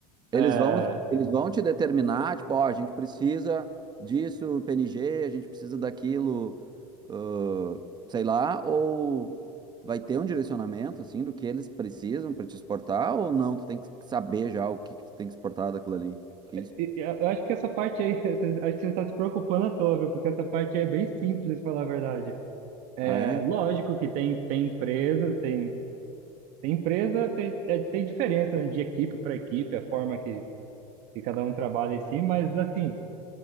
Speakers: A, on the right (about 30°); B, on the right (about 60°).
A: eles
B: É,
A: vão, eles vão te determinar, tipo, ó, a gente precisa disso, PNG, a gente precisa daquilo, ãh, sei lá, ou vai ter um direcionamento, assim, do que eles precisam para te exportar, ou não, tu tem que saber já o que, que tu tem que exportar daquilo ali. Que isso?
B: e- e eu eu acho que essa parte aí, <laughs> você- acho que você está se preocupando à toa, viu? Porque essa parte aí é bem simples, falar a verdade.
A: Ah,
B: É
A: é?
B: lógico que tem, tem empresa, tem, tem empresa, tem, é, tem diferença, né, de equipe para equipe, a forma que que cada um trabalha em si, mas assim,